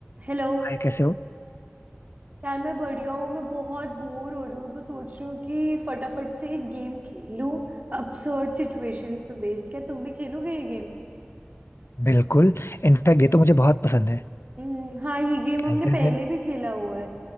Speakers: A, on the right (about 35°); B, on the left (about 70°).
A: Hello
B: हाय कैसे हो
A: यार मैं बढ़िया हूँ मैं बहुत बोर हो रही हूँ तो सोच रही हूँ कि फटाफट से एक गेम खेल लूँ absurd सिचुएशंस पे बेस्ड क्या तुम भी खेलोगे ये गेम
B: बिल्कुल इनफैक्ट ये तो मुझे बहुत पसंद है
A: हम्म हाँ ये गेम
B: खेलते
A: हमने पहले
B: हैं फिर
A: भी खेला हुआ है